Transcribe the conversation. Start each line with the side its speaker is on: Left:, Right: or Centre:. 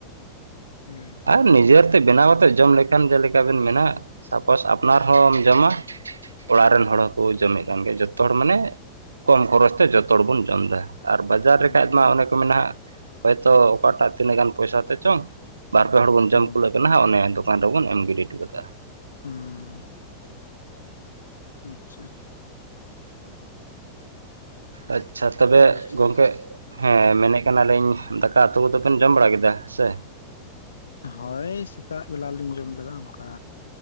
Left: ᱦᱩᱸ
Right: ᱟᱨ ᱱᱤᱡᱮᱨ ᱛᱮ ᱵᱮᱱᱟᱣ ᱠᱟᱛᱮ ᱡᱚᱢ ᱞᱮᱠᱷᱟᱱ ᱡᱮᱞᱮ ᱪᱮᱠᱟ ᱵᱮᱱ ᱢᱮᱱᱟ ᱥᱟᱯᱳᱥ ᱟᱯᱱᱟᱨ ᱦᱚᱸᱢ ᱡᱚᱢᱟ, ᱚᱲᱟᱜ ᱨᱮᱱ ᱦᱚᱲ ᱦᱚᱸ ᱠᱚ ᱡᱚᱢᱮᱫ ᱠᱟᱱ ᱜᱮᱭᱟ ᱡᱚᱛᱚ ᱦᱚᱲ ᱢᱟᱱᱮ, ᱠᱚᱢ ᱠᱷᱚᱨᱚᱪ ᱛᱮ ᱡᱚᱛᱚ ᱦᱚᱲ ᱵᱚᱱ ᱡᱚᱢ ᱮᱫᱟ᱾ ᱟᱨ ᱵᱟᱡᱟᱨ
Left: ᱦᱩᱸ
Right: ᱨᱮ ᱠᱷᱟᱡ ᱢᱟ ᱚᱱᱮ ᱠᱚ ᱢᱮᱱᱟ ᱦᱟᱸᱜ ᱦᱚᱭᱛᱳ ᱚᱠᱟᱴᱟᱜ ᱛᱤᱱᱟᱹᱜ ᱜᱟᱱ ᱯᱚᱭᱥᱟ ᱛᱮ ᱪᱚᱝ ᱵᱟᱨ ᱯᱮ ᱦᱚᱲ ᱵᱚᱱ
Left: ᱦᱩᱸ
Right: ᱡᱚᱢ ᱠᱩᱞᱟᱹᱜ ᱠᱟᱱᱟ ᱦᱟᱸᱜ ᱚᱱᱮ ᱫᱚᱠᱟᱱ ᱨᱮᱵᱚᱱ ᱮᱢ ᱜᱤᱰᱤ ᱦᱚᱴᱚ ᱠᱟᱫᱟ᱾
Left: ᱦᱩᱸᱻ᱾ ᱟᱪᱪᱷᱟ᱾
Right: ᱟᱪᱪᱷᱟ ᱛᱚᱵᱮ
Left: ᱵᱮᱥ ᱜᱮ
Right: ᱜᱚᱝᱠᱮ ᱦᱮᱸ ᱢᱮᱱᱮᱫ ᱠᱟᱱᱟᱞᱤᱧ ᱫᱟᱠᱟ ᱩᱛᱩ ᱠᱚᱫᱚ ᱵᱮᱱ ᱡᱚᱢ ᱵᱟᱲᱟ ᱠᱮᱫᱟ ᱦᱮᱸ ᱥᱮ?
Left: ᱦᱳᱭ ᱥᱮᱛᱟᱜ ᱵᱮᱞᱟ ᱞᱤᱧ ᱡᱚᱢ ᱞᱮᱫᱟ ᱚᱱᱠᱟ,